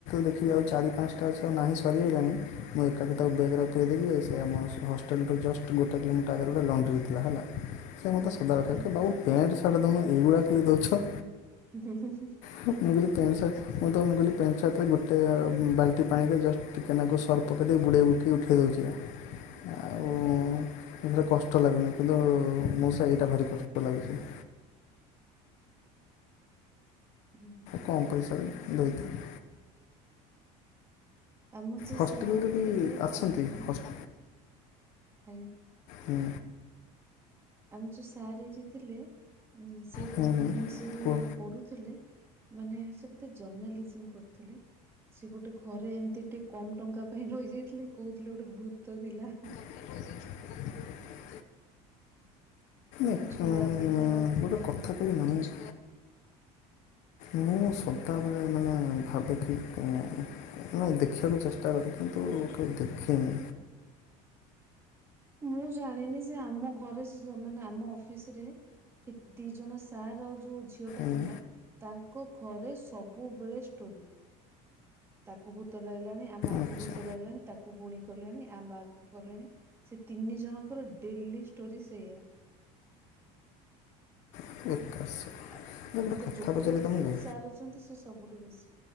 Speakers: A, on the left (about 55°); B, on the right (about 15°).
A: ଦେଖିବି ଆଉ ଚାରି ପାଞ୍ଚ୍ <unintelligible> ନାହିଁ ସରିଆଇଲାଣି ମୁଁ ଏକାକି ତାକୁ ବେଗ୍ ରେ ପୁରେଇ ଦେଇକି ସେ ଆମ ହସ୍ -ହଷ୍ଟେଲ୍ ରେ ଜଷ୍ଟ୍ ଗୋଟେ କିଲୋମିଟର ଆଗରେ ଗୋଟେ ଲଣ୍ଡ୍ରି ଥିଲା ହେଲା <unintelligible> ମୁଁ ତ ସଦା
B: ହୁଁ
A: ବେଳେ କୁହେ ବାବୁ ମୋତେ ପ୍ୟାଣ୍ଟ୍ ସାର୍ଟ ଦଉନ ଏଇଗୁଡ଼ାକ ଖାଲି ଦଉଚ।
B: <inaudible>
A: ମୁଁ କହିଲି ପ୍ୟାଣ୍ଟ୍ ସାର୍ଟ ମୁଁ ତ ମୁଁ କହିଲି ପ୍ୟାଣ୍ଟ୍ ସାର୍ଟ ଗୋଟେ ବାଲ୍ଟି ପାଣିରେ ଜଷ୍ଟ୍ ଟିକେ ନାକୁ ସର୍ପ ପକେଇ ଦେଇ ବୁଡ଼େଇ ଉଠେଇ ଦଉଚି ବା ଆଉ ଏଥିରେ କଷ୍ଟ ଲାଗୁନି କିନ୍ତୁ ମୋ ସେଇଟା ଭାରି କଷ୍ଟ ଲାଗୁଚି। ଚି
B: <inaudible>
A: କମ୍ ପଇସାରେ ଧୋଇଦିଏ।
B: ଆମ ଯୋଉ
A: ହଷ୍ଟେଲ୍
B: ସାର୍
A: ରେ ବି
B: ଥିଲେ ଟ୍ୟାକ୍ସରେ
A: ଅଛନ୍ତି ହସ୍
B: ଆଜ୍ଞା।
A: ହୁଁ।
B: ଆମର ଯେଉଁ ସାର୍ ଏଇଠି ଥିଲେ ଉ-ଉ-ଉ ସିଏ ଯେତେବେଳେ
A: ହୁଁ ହୁଁ
B: ଭୁବନେଶ୍ୱରରେ-ଏ-ଏ-ଏ
A: କୁହ
B: ପଢ଼ୁଥିଲେ ମାନେ ସେ ବୋଧେ ଜର୍ଣ୍ଣାଲିଜିମ୍ କରୁଥିଲେ ସେ ଗୋଟେ ଘରେ ଏମିତି ଟିକେ କମ୍ ଟଙ୍କା ପାଇଁ ରହିଯାଇଥିଲେ କହୁଥିଲେ ଗୋଟେ ଭୂତ ଥିଲା।
A: ହ
B: ଗୋଟେ
A: ଆ-ଆ-ଆ-ଆ-ଆ
B: ଛୁଆ ଦିଟାଙ୍କର
A: ଗୋଟେ
B: କଣ
A: କଥା
B: ହେଇଥିଲା
A: କହିବି
B: ବୋଲି।
A: ନା ମୁଁ ମୁଁ ସଦାବେଳେ ମାନେ ଭାବେ କି ଉ-ଉ ନାଁଇ ଦେଖିବାକୁ ଚେଷ୍ଟା କରେ କିନ୍ତୁ-ଉ-ଉ-ଉ କାଇ ଦେଖେନି।
B: ମୁଁ ଜାଣିନି ସେ ଆମ ଘରେ ସେ-ସ୍ ମାନେ ଆମ ଅଫିସରେ ଇ ଦି ଜଣ ସାର୍ ଆଉ ଯୋଉ ଝି ଝିଅଟା
A: ମୁଁ
B: ଥିଲା ତାଙ୍କ ଘରେ ସବୁବେଳେ ଷ୍ଟୋରି। ତାକୁ ଭୂତ ଲାଗଲାଣି ଆ ମାଆ
A: ଆଚ୍ଛା
B: କୁ ଭୂତ ଲାଗଲାଣି ତାକୁ ଗୁଣି କଲେଣି ଆ ମା କୁ କଲେଣି। ସେ ତିନି ଜଣଙ୍କର ଡେଲି ଷ୍ଟୋରି ସେଇଆା।
A: <unintelligible>
B: ଆ
A: ଗୋଟେ
B: ଇ ତ
A: କଥା
B: ଯୋକଡିଆ
A: ପଚାରିବି
B: ପଟେ
A: ତମକୁ
B: ଯୋଉ ସାର ଅଛନ୍ତି ସେ ସବୁଠୁ ବେଶୀ